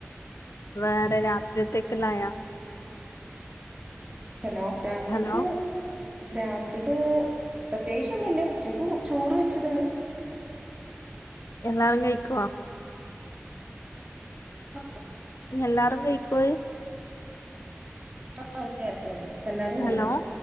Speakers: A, on the left; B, on the right.
A: വേറെ രാത്രിയേത്തേക്ള്ളായ.
B: ഹലോ രാത്രിക്ക്.
A: ഹലോ
B: രാത്രിക്ക് പ്രത്യേകിച്ച് ഒന്നുല്ല്യ. ഉച്ചക്ക് ചോറ് വെച്ചത്ണ്ട്.
A: എല്ലാരും കഴിക്കോ.
B: <unintelligible>
A: എല്ലാറും കഴിക്കോ
B: ആഹ് അതെ അതെ അതെ എല്ലാരും കഴിക്കും.
A: ഹലോ